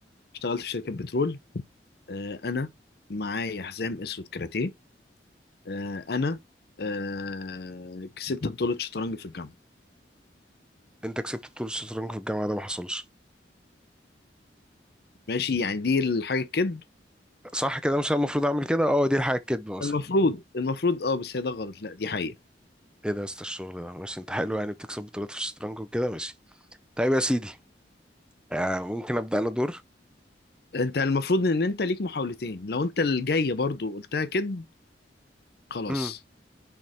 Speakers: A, on the left; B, in the centre.
A: اشتغلت في شركة بترول آه انا معايا حزام اسود كاراتيه آه انا آه كسبت بطولة شطرنج في الجامعة
B: أنت كسبت بطولة الشطرنج في الجامعة ده ما حصلش
A: ماشي يعني دي الحاجة الكذب
B: صح كده مش أنا المفروض أعمل كده اه دي الحاجة الكدب مثلا
A: المفروض المفروض اه بس هي ده غلط لا دي حقيقة
B: ايه ده يا اسطى الشغل ده ماشي انت حلو يعني بتكسب بطولات في الشطرنج وكده ماشي طيب يا سيدي آه ممكن ابدا انا دور
A: انت المفروض ان انت ليك محاولتين لو انت الجاية برضو قلتها كذب خلاص
B: امم